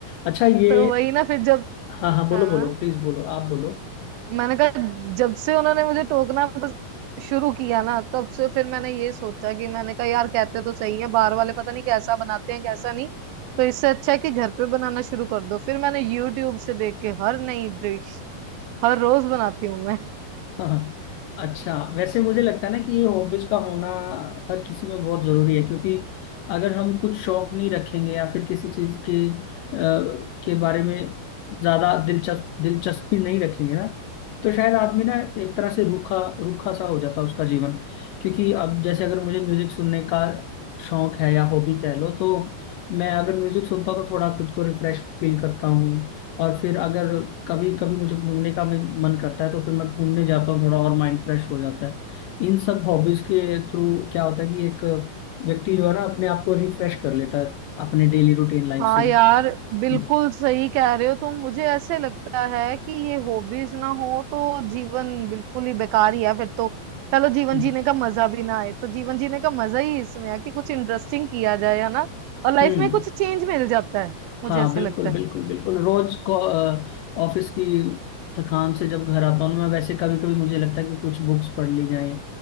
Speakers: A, on the left; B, on the right.
A: अच्छा ये
B: तो वही ना फिर जब
A: हाँ हाँ बोलो
B: हाँ
A: बोलो प्लीज बोलो आप बोलो
B: मैंने कहा जब से उन्होंने मुझे टोकना बस शुरू किया ना तब से फिर मैंने ये सोचा कि मैंने कहा यार कहते तो सही है बाहर वाले पता नहीं कैसा बनाते हैं कैसा नहीं तो इससे अच्छा है कि घर पे बनाना शुरू कर दो फिर मैंने यूट्यूब से देख के हर नई डिश हर रोज बनाती हूँ मैं
A: <laughs> हाँ अच्छा वैसे मुझे लगता है ना कि ये हॉबीज का होना हर किसी में बहुत जरूरी है क्योंकि अगर हम कुछ शौक नहीं रखेंगे या फिर किसी चीज के अ, के बारे में ज्यादा दिलचस्प दिलचस्पी नहीं रखेंगे ना तो शायद आदमी ना एक तरह से रूखा रूखा सा हो जाता है उसका जीवन क्योंकि अब जैसे अगर मुझे म्यूजिक सुनने का शौक है या हॉबी कह लो तो मैं अगर म्यूजिक सुनता हूँ तो थोड़ा खुद को रिफ्रेश फील करता हूँ और फिर अगर कभी कभी मुझे घूमने का भी मन करता है तो फिर मैं घूमने जाता हूँ थोड़ा और माइंड फ्रेश हो जाता है इन सब हॉबीज के थ्रू क्या होता है कि एक व्यक्ति जो है ना अपने आप को रिफ्रेश कर लेता है अपने डेली रूटीन लाइफ
B: हाँ
A: से
B: यार
A: हम्म
B: बिल्कुल सही कह रहे हो तुम मुझे ऐसे लगता है कि ये हॉबीज ना हो तो जीवन बिल्कुल ही बेकार ही है फिर तो चलो जीवन
A: हम्म
B: जीने का मजा भी ना आए तो जीवन जीने का मजा ही इसमें है कि कुछ इंटरेस्टिंग किया जाए है ना और लाइफ
A: हम्म।
B: में कुछ चेंज मिल जाता है
A: हाँ
B: मुझे ऐसे
A: बिल्कुल
B: लगता है
A: बिल्कुल बिल्कुल रोज को अ, ऑफिस की थकान से जब घर आता हूँ मैं वैसे कभी कभी मुझे लगता है कि कुछ बुक्स पढ़ ली जाएं